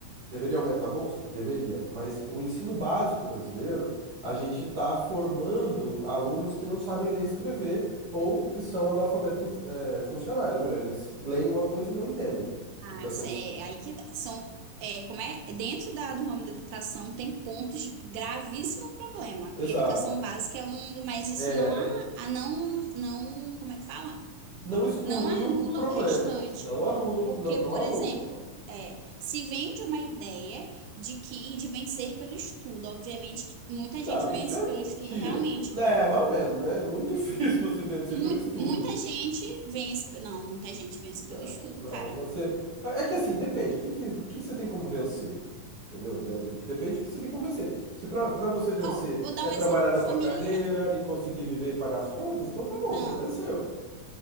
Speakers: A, on the right; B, on the right.
A: Deveria aumentar a bolsa? Deveria, mas o ensino básico brasileiro, a gente está formando alunos que não sabem ler e escrever ou que são analfabetos inf- eh, funcionais, ou melhor, eles leem uma coisa e não entendem
B: Ah,
A: o que está
B: s-
A: sendo
B: é,
A: escrito.
B: aí que tá- são, é, como é, dentro da, do ramo da educação tem pontos de gravíssimo problema.
A: Exato.
B: E educação básica é um, do- mas isso
A: É,
B: não a,
A: é,
B: a não, não, como é que fala?
A: não exclui
B: Não anula
A: o o problema,
B: o restante.
A: não anulo,
B: Porque,
A: não, não
B: por
A: aluno.
B: exemplo, é, se vende uma ideia de que de vencer pelo estudo, obviamente que muita
A: Não,
B: gente
A: isso
B: vence
A: é
B: pelo estudo
A: mentira.
B: realmente.
A: Né, mais ou menos, né? É muito <laughs> difícil você vencer
B: Mui-
A: pelo estudo.
B: muita gente vence, não, muita gente vence
A: Não,
B: pelo estudo,
A: não,
B: cara.
A: você. É é que assim, depende. O que, que, o que, que você tem como vencer? Entendeu? De- Depende do que você tem como vencer. Se pra pra você vencer
B: Ó, vou dar
A: é
B: um
A: trabalhar
B: exemplo
A: na
B: familiar.
A: sua carreira e conseguir viver e pagar as contas, então tá bom,
B: Não.
A: você venceu.